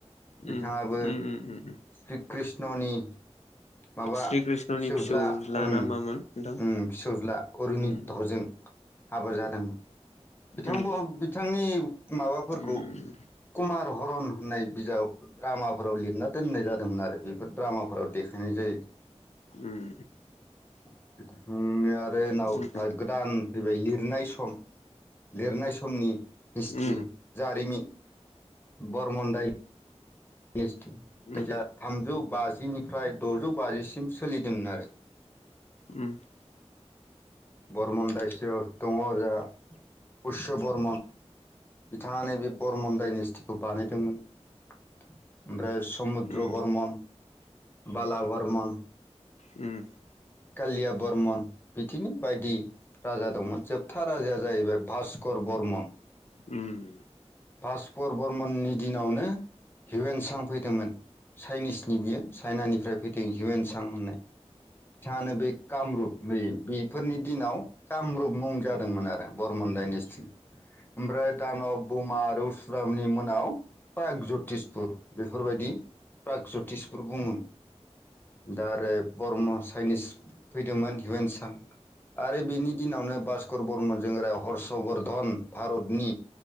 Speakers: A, on the left; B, on the left.
A: बिथाङाबो
B: उम उम उम उम उम
A: श्री कृष्णनि माबा
B: श्री कृष्णनि
A: फिसौज्ला उम
B: ना मामोन नोंथां
A: फिसौज्ला अरुनि
B: उम
A: हरजों हाबा जादोंमोन बिथां
B: उम
A: बिथांनि माबाफोरखौ
B: उम
A: कुमार हरन होननाय बिजाब द्रामाफोराव लिरना दोननाय जादोंमोन आरो बेफोर द्रामाफोराव देखायनाय जायो
B: उम
A: उम यियार ड्रेनाव
B: उम
A: दा गोदान फैबाय लिर लिरनाय सम लिरनाय समनि हिस्ट्रि
B: उम
A: जारिमिन बरमन दाय दिस थायजा
B: उम
A: थामजु बास जिनिफ्राय दजौ बाजिसिम सोलिदोंमोन आरो
B: !!!!
A: बरमन दाइस दङ जा बुरस बर्मन बिथाङानो बे बरमन डाइनेस्टिखौ बानायदोंमोन समुद्र
B: उम
A: बर्मन बाला बर्मन
B: उम
A: लिया बरमन बिदिनो बायदि राजा दंमोन। जोब था राजाया जाहैबाय भास कर बर्मन।
B: ओम।
A: भासबर बर्मननि दिनावनो हिउवेनसां फैदोंमोन, चाइनिसनि बियो चाइनानिफ्राय फैदों हिउवेनसां होननाय। बिथाङानो बे कामरुप नै बेफोरनि दिनाव कामरुप मुं जादोंमोन आरो, बरमन डाइनेस्टि। ओमफ्राय दानब बमा दौस्रामनि मोनाव प्रागज्यतिसपुर, बेफोरबादि प्रागज्यतिस फोर बुङो। दा आरो बरम चाइनिस फैदोंमोन हिउवेन सां आरो बिनि दिनावनो भास कर बर्मनजों <unintelligible> हर्षवर्धन भारतनि